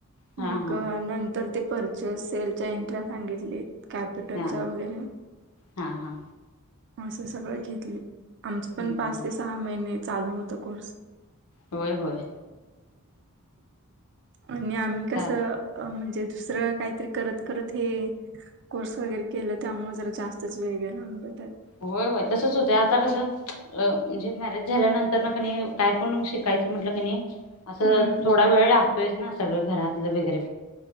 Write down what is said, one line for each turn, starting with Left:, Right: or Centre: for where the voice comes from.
Left: हा
Right: मगं
Left: हा
Right: नंतर ते परचेस सेलच्या एंट्र सांगितली कॅपिटलच्या
Left: हा
Right: वगैरे,
Left: हा हा
Right: असं सगळं घेतले आमचं पण
Left: हम्म
Right: पाच
Left: हम्म.
Right: ते सहा महिने चालू होत कोर्स
Left: होय होय.
Right: आणि आम्ही कसं
Left: काय
Right: म्हण म्हणेज दुसरं काहीतरी करत करत हे कोर्स वगैरे केलं त्यामुळे जरा जास्तच वेळ गेळा
Left: होय होय तसच होतंय आता कसं म्हणजे मॅरेज झाल्यानंतर ना कणी काय पण शिकायचं म्हटलं कणी असं
Right: हम्म
Left: थोडा वेळ लागतो सगळ घरातलं वगैरे